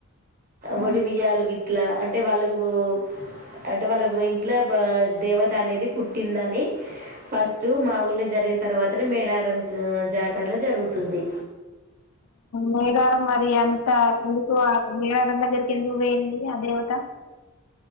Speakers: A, on the left; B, on the right.
A: ఆ,
B: వడి బియ్యలు ఇట్లా అంటే వాళ్ళకు అంటే వాళ్ళ ఇంట్లో దేవత అనేది పుట్టిందని ఫస్ట్ మా ఊళ్ళ జరిగిన తర్వాతనే మేడారం జ జాతరలో జరుగుతుంది
A: మేడారం మరి అంత ఎందుకు మేడారం దగ్గరికి ఎందుకు వేయంంది ఆ దేవత